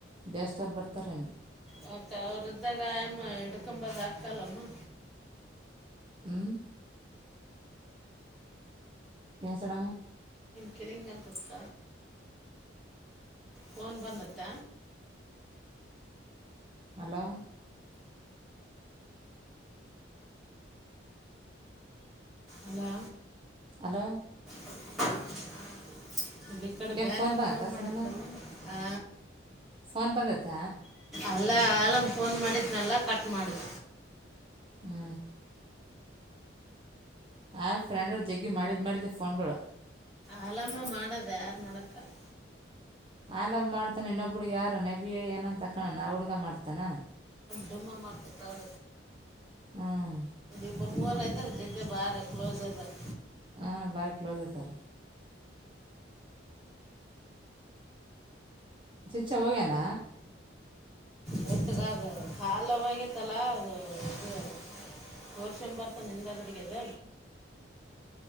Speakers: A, on the right (about 25°); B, in the centre.
A: ಬೇಸ್ವರು ಬರ್ತಾರೇನು
B: ಮತ್ತೆ ಅವ್ರ ಇದ್ದಾಗ ಆಮ್ಮ ಹಿಡ್ಕೊಂಬದ ಹಾಕಲ್ಲಮ್ಮ
A: ಹ್ಮ್ ಸ್ಣ
B: ಕೆಳಂಗಾ ಪಕ್ಕ ಪೊನ್ ಬಂದತ್ತ
A: ಹಲೋ
B: ಅಲ
A: ಅಲ
B: <inaudible> ನೀ ಈ ಕಡೆ
A: ಏ
B: ಬೇರೆ ಯಾರು
A: ಬಂದತ್ತಾ
B: ಫೋನ್ ಮಾಡಿದ್ರಲ್ಲ
A: ಸಣಮ್ಮ
B: ಆ
A: ಫೋನ್ ಬಂದತ್ತ
B: ಎಲ್ಲ ಆಲಾಮ್ ಫೋನ್ ಮಾಡಿದ್ದನೆೆಲ್ಲ ಕಟ್ ಮಾಡ್ದ
A: ಹ್ಞೂ ಆ ಫ್ರೆಂಡ್ ಅವ್ ಜೆಗಿ ಮಾಡಿದ್ ಮಾಡ ಫೋನ್ ಕೊಡ
B: ಆಲಾಮ ಮಾಡದು ಯಾರು ಮಾಡಕ್ಕಲ್ಲ
A: ಆಲಾಮ್ ಮಾಡ್ತಾನೆ ಇನ್ನೊಬ್ಬಡು ಯಾರು ನೆ ಏನ ಅಂತ ತಕ್ಕಣ ನ ಯಗ ಮಾಡ್ತಾನ
B: ರುಮ ಮಾಡ ತಾಡ
A: ಹ್ಮ್
B: ಇರ್ ಮೂರ ಇದ್ದಾರೆ ಜೊತೆ ಬಾರೆ ಕ್ಲೋಸ್ ಇದಾರೆ
A: ಹ ಬಾರಿ ಕ್ಲೋಜ್ ಆತಾರ ಚುಚ್ಚ ಹೋಗ್ಯನಾ
B: ಗಟ್ಟಗ ಅದು ಕಾಲವೇತ್ತಲ್ಲ ಅದು ಇ ತೋರ್ಷನ್ ಬರ್ತಾನ ನಿನ್ ದ ಕಡೆಗೆದ